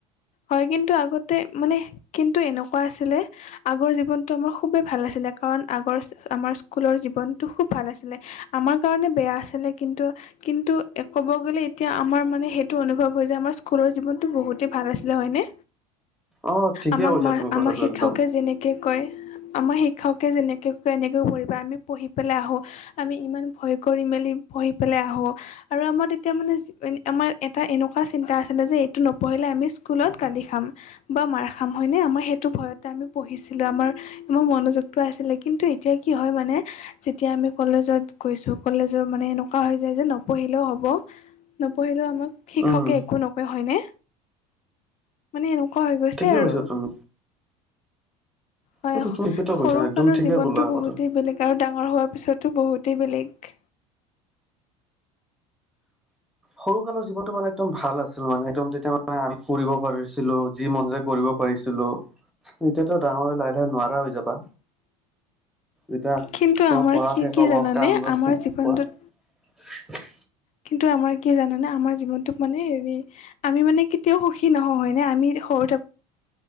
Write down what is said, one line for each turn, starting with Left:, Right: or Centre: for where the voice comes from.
Left: হয় কিন্তু আগতে মানে কিন্তু এনেকুৱা আছিলে আগৰ জীৱনটো আমাৰ খুবেই ভাল আছিলে কাৰণ আগৰ আমাৰ স্কুলৰ জীৱনটো খুব ভাল আছিলে আমাৰ কাৰণে বেয়া আছিলে কিন্তু কিন্তু, ক'ব গ'লে এতিয়া আমাৰ মানে সেইটো অনুভৱ হয় যে আমাৰ স্কুলৰ জীৱনটো বহুত- তেই ভাল আছিলে হয়নে
Centre: অ ঠিকে
Left: আমাক
Centre: কৈছা তুমি
Left: আমাক
Centre: কথাটো
Left: শিক্ষকে
Centre: একদম
Left: যেনেকে কয়- আমাৰ শিক্ষকে যেনেকে কেনেকৈ পঢ়িবা আমি পঢ়ি পেলাই আহোঁ। আমি ইমান ভয় কৰি মেলি পঢ়ি পেলাই আহো। আৰু আমাৰ তেতিয়া মানে আমাৰ এটা এনেকুৱা চিন্তা আছিলে যে এইটো ন- পঢ়িলে আমি স্কুলত গালি খাম। বা মাৰ খাম হয় নে আমাৰ সেইটো ভয়তে আমি পঢ়িছিলো আমাৰ মোৰ মনোছ- যুক্ত আছিলে, কিন্তু এতিয়া কি হয় মানে- যেতিয়া আমি কলেজত গৈছোঁ কলেজৰ মানে এনেকুৱা হৈ যায় যে নপঢ়িলেও হ'ব। নপঢ়িলেও আমাক শিক্ষকে
Centre: উম
Left: একো নকয় হয়নে। মানে এনেকুৱা হৈ গৈছে
Centre: ঠিকে
Left: আৰু।
Centre: কৈছা তুমি
Left: হয়
Centre: এইটো তুমি ঠিকেতো
Left: সৰুকালৰ
Centre: কৈছা একদম ঠিকে
Left: জীৱনটো
Centre: ক'লা
Left: বহুতেই
Centre: কথাটো
Left: বেলেগ আৰু ডাঙৰ হোৱাৰ পিছতো বহুতেই বেলেগ।
Centre: সৰু কালৰ জীৱনটো মানে একদম ভাল আছিল মানে একদম তেতিয়া মানে ফুৰিব পাৰিছিলো যি মন যায় কৰিব- পাৰিছিলো এতিয়াতো ডাঙৰ হৈ লাহে লাহে নোৱাৰা হৈ যাবা। যেতিয়া
Left: কিন্তু
Centre: তোমাৰ
Left: আমাৰ
Centre: পঢ়া
Left: কি
Centre: শেষ
Left: কি
Centre: হ'ব
Left: জানানে
Centre: কামত
Left: আমাৰ
Centre: কোৱা-
Left: জীৱনটোত কিন্তু, আমাৰ কি জানানে আমাৰ জীৱনটোক মানে হেৰি- আমি মানে কেতিয়াও সুখী নহওঁ হয় নে আমি সৰু থাকো-